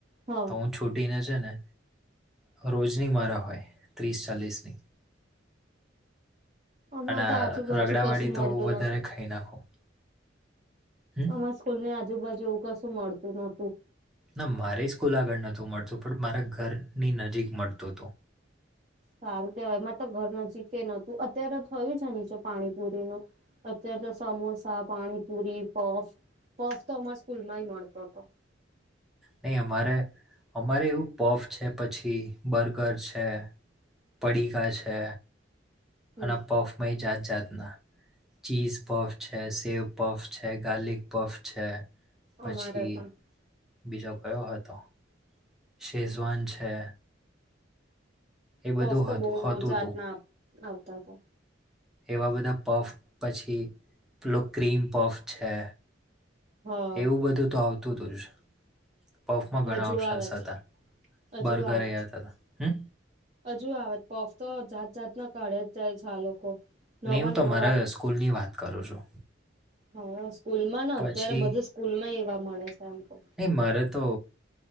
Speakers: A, on the right (about 35°); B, in the centre.
A: હા
B: તો હું છૂટીને છે ને રોજ <unintelligible> મારા હોય ત્રીસ ચાલીસની.
A: અમારે
B: અને
A: તો આજુબાજુ
B: રગડાવાડી
A: કશું મળતું
B: તો વધારે
A: નતું
B: ખાઈ નાખું. હમ
A: અમારા સ્કૂલ ની આજુબાજુ એવું કશું મળતું નહોતું.
B: ના મારે સ્કૂલ આગળ નહતું મળતું પણ મારા ઘરની નજીક મળતું હતું.
A: સારું કહેવાય એમાં તો ઘર નજીક નહતું અત્યારે થયું છે નીચે પાણીપુરીનું. અત્યારે તો સમોસા પાણીપુરી પોફ પોફ તો અમા સ્કૂલમાં ભી મળતો હતો.
B: નહી અમાર અમારે એવું પોફ છે પછી બર્ગર છે. પડીકા છે
A: હમ
B: અને પફ પાહિ જાત જાતના ચીઝ પફ છે સેવ પફ છે ગાર્લિક પફ છે પછી
A: અમારે પણ
B: બીજો કયો હતો. સેજવાન છે. એ બધું
A: પફ તો
B: હતું
A: બહુ
B: હોતું
A: જાત
B: હતું
A: ના આવતા હતા.
B: એવા બધા પફ પછી પેલો ક્રીમ પફ છે.
A: હા
B: એવું બધું તો આવતું હતું જ પોફમાં ઘણા
A: હજુ
B: ઓપ્શન્સ
A: આવે
B: હતા
A: છે હજુ
B: બર્ગર
A: આવે
B: એયાત
A: છે
B: હતા હમ્મ.
A: હજુ આવે પોફ તો જાત જાતના કાળે જ જાય છે આ લોકો. નવા
B: નહીં હું તમારા
A: નવા
B: સ્કૂલની વાત કરું છું.
A: હા સ્કૂલ માં ને
B: પછી
A: અત્યારે બધી સ્કૂલ માં એવા મળે છે આમ તો.
B: નહી મારે તો